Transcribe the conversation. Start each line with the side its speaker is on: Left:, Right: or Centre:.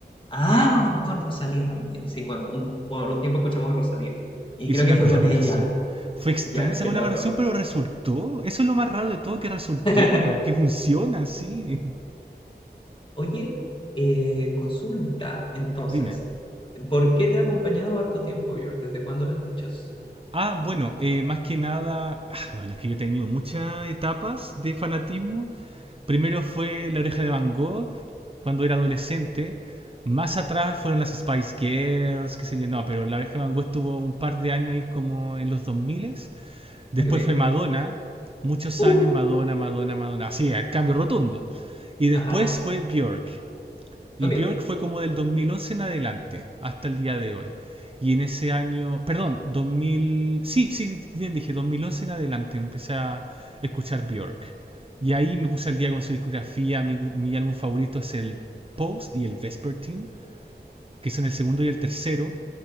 Left: Ah, con Rosalía también. Sí, cuando, un- por un tiempo escuchamos Rosalía. Y
Right: hizo
Left: creo que
Right: una
Left: fue
Right: <laughs> colaboración.
Left: con ella.
Right: Fue extraña
Left: Ya,
Right: esa
Left: qué
Right: colaboración,
Left: loco.
Right: pero resultó. Eso es lo más raro de todo, que resultó.
Left: <laughs>
Right: Que funciona, sí.
Left: Oye, eh, consulta, entonces,
Right: Dime.
Left: ¿por qué te ha acompañado harto tiempo, Björn? ¿Desde cuándo la escuchas?
Right: Ah, bueno, eh, más que nada, ah, bueno, es que yo he tenido muchas etapas de fanatismo. Primero fue La Oreja de Van Gogh, cuando era adolescente. Más atrás fueron las Spice Girls, qué sé yo, no, pero La Oreja de Van Gogh estuvo un par de años ahí como en los 2000. Después
Left: Y, ok,
Right: fue Madonna, muchos
Left: ¡Uf!
Right: años Madonna, Madonna, Madonna, así, al cambio rotundo. Y después
Left: ajá,
Right: fue Björk. Y
Left: ok,
Right: Björk fue como del 2011 en adelante, hasta el día de hoy. Y en ese año, perdón, 2000, sí, sí, sí, bien dije, 2011 en adelante empecé a escuchar Björk. Y ahí me puse al día con su discografía. Mi, mi álbum favorito es el Post y el Vespertine, que son el segundo y el tercero.